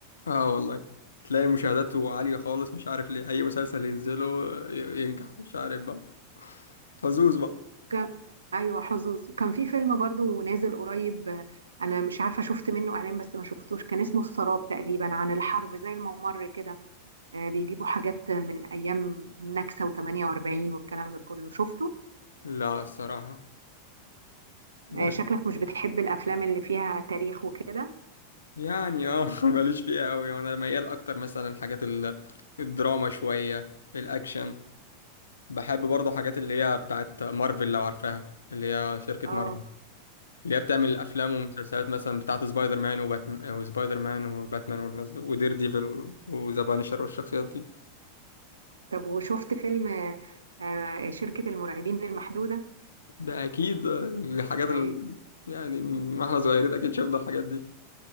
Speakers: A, on the left; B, on the right.
A: اه والله تلاقي مشاهداته عالية خالص مش عارف ليه أي مسلسل ينزله ي- ينجح مش عارف بقى حظوظ بقى
B: وك... أيوة حظوظ وكان في فيلم برضو نازل قريب آه، أنا مش عارفة شفت منه إعلان بس ما شفتوش كان اسمه السراب تقريبا عن الحرب زي الممر كده آه، بيجيبوا حاجات من أيام النكسة و48 والكلام ده كله شفته
A: لا الصراحة بس
B: آه، شكلك مش بتحب الأفلام اللي فيها تاريخ وكده
A: يعني اه <laughs> ماليش فيها أوي يعني أنا ميال أكتر مثلا الحاجات ال- الدراما شوية الأكشن بحب برضه حاجات اللي هي بتاعت مارفل لو عارفاها اللي هي شركة
B: اه
A: مارفل اللي هي بتعمل الأفلام والمسلسلات مثلا بتاعت سبايدر مان وباتمان وسبايدر مان وباتمان والناس دول ودير ديفل وذا بانشر والشخصيات دي
B: طب وشفت فيلم آه، شركة المرعبين المحدودة
A: ده اكيد آه، الحاجات
B: أي
A: ال... يعني ما احنا صغيرين اكيد شفنا الحاجات دي